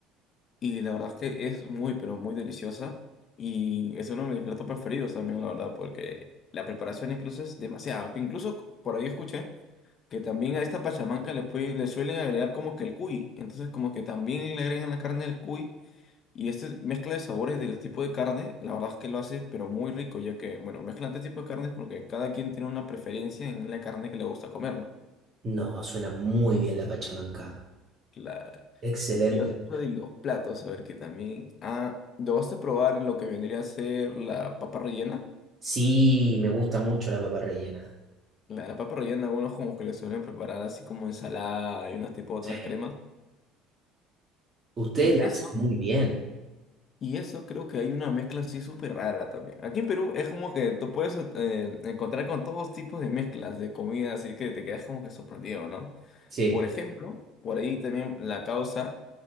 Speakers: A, on the left; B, on the right.
A: Y la verdad es que es muy, pero muy deliciosa. Y es uno de mis platos preferidos también, la verdad, porque la preparación incluso es demasiado. Que incluso c- por ahí escuché que también a esta pachamanca le, pueden- le suelen agregar como que el cuy. Entonces como que también le agregan la carne del cuy. Y esta mezcla de sabores de los tipos de carne, la verdad es que lo hace, pero muy rico, ya que, bueno, mezclan este tipo de carnes porque cada quien tiene una preferencia en la carne que le gusta comer, ¿no?
B: No, suena muy bien la Pachamanca.
A: Claro.
B: Excelente.
A: Y otro de los platos, a ver que también. Ah, ¿lo vas a probar lo que vendría a ser la papa rellena?
B: Sí, me gusta mucho la papa rellena.
A: La, la papa rellena, algunos como que le suelen preparar así como ensalada y unas tipo otras
B: Sí.
A: cremas.
B: Ustedes
A: Y
B: la
A: eso,
B: hacen muy bien.
A: y eso creo que hay una mezcla así súper rara también. Aquí en Perú es como que tú puedes eh, encontrar con todos tipos de mezclas de comida, así que te quedas como que sorprendido, ¿no?
B: Sí.
A: Por ejemplo, por ahí también la causa.